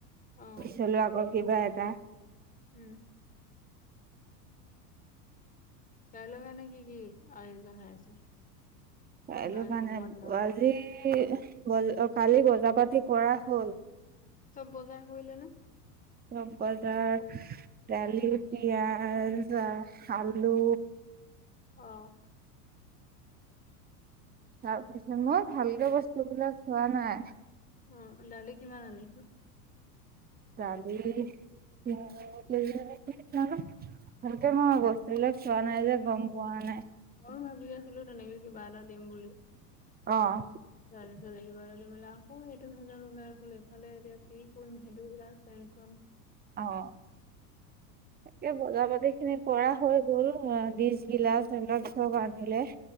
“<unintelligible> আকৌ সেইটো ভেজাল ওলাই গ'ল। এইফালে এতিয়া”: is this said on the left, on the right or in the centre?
Left